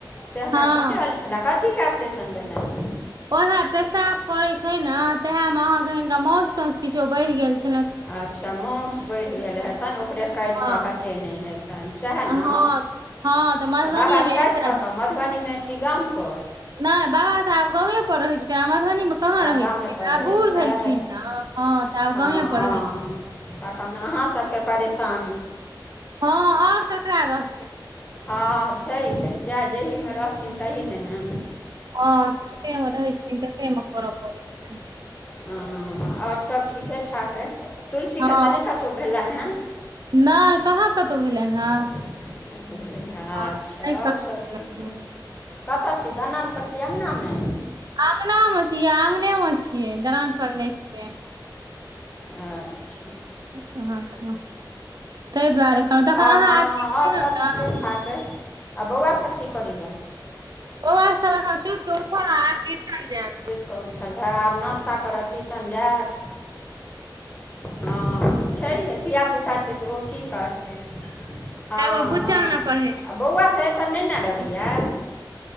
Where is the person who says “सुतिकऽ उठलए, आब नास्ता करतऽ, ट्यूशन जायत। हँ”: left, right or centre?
Left